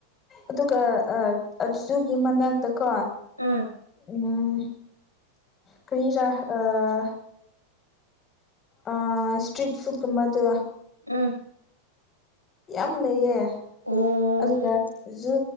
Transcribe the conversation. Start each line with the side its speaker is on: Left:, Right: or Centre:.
Left: ꯑꯗꯨꯒ ꯑꯗꯨꯗꯨꯒꯤ ꯃꯅꯥꯛꯇꯀꯣ
Right: ꯑꯥ
Left: ꯎꯝ ꯀꯔꯤꯔꯥ ꯑꯥ ꯑ ꯏꯁꯇ꯭꯭ꯔꯤꯠ ꯐꯨꯠ ꯀꯨꯝꯕ ꯑꯗꯨ
Right: ꯎꯝ
Left: ꯌꯥꯝ ꯂꯩꯌꯦ
Right: ꯑꯣ
Left: ꯑꯗꯨꯒ ꯖꯨ